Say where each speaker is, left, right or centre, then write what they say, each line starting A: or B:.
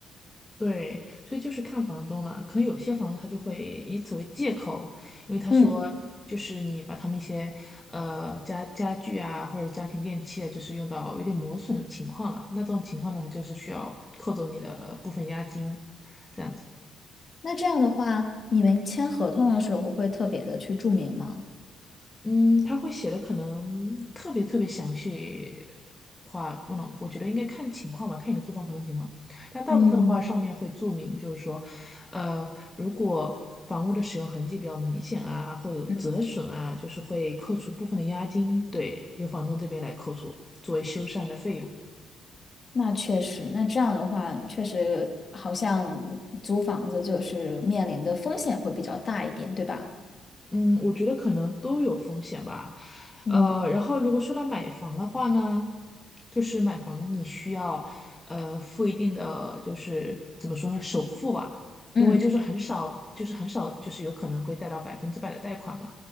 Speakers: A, on the left (about 15°); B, on the left (about 35°).
A: 对，所以就是看房东了。可能有些房东他就会以此为借口，因为他说就是你把他们一些呃家家具啊或者家庭电器啊，
B: 嗯，
A: 就是用到有点磨损的情况了，那这种情况呢，他就是需要扣走你的部分押金。这样子。
B: 那这样的话，你们签合同的时候会特别的去注明吗？
A: 嗯，他会写的可能特别特别详细话，不能，我觉得应该看情况吧，看你的租房合同情况。但大部分的话，
B: 嗯
A: 上面会注明，就是说，呃，如果房屋的使用痕迹比较明显啊，会有折损啊，
B: 嗯，
A: 就是会扣除部分的押金，对，由房东这边来扣除作为修缮的费用。
B: 那确实，那这样的话，确实好像租房子就是面临的风险会比较大一点，对吧？
A: 嗯，我觉得可能都有风险吧。
B: 嗯
A: 呃，然后如果说到买房的话呢，就是买房你需要呃付一定的就是怎么说呢，首付吧，
B: 嗯，
A: 因为就是很少，就是很少，就是有可能会贷到百分之百的贷款嘛，